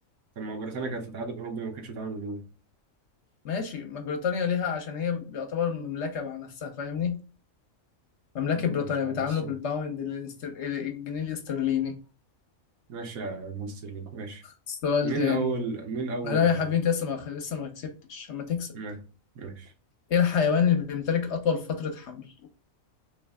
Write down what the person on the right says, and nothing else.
طب ما هو بريطانيا كانت في الاتحاد الاوروبي وما كانتش بتتعامل باليورو
لا،
مش عارف
بس
ماشي يا مستر لينك ماشي
مين
اول مين اول
ما- ماشي